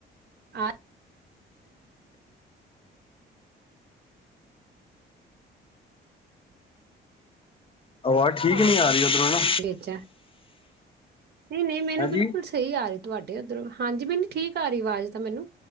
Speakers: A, on the right; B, on the left.
A: ਆ
B: ਆਵਾਜ਼ ਠੀਕ
A: ਆਜਾ
B: ਨਹੀਂ ਆ ਰਹੀ ਉਧਰੋਂ ਨਾ
A: ਦੇਜਾ ਨਹੀਂ ਨਹੀਂ ਮੈਨੂੰ
B: ਹੈਂਜੀ
A: ਬਿਲਕੁਲ ਸਹੀ ਆ ਰਹੀ ਤੁਹਾਡੇ ਉੱਧਰੋਂ ਹਾਂਜੀ ਮੈਨੂੰ ਠੀਕ ਆ ਰਹੀ ਆਵਾਜ਼ ਤਾਂ ਮੈਨੂੰ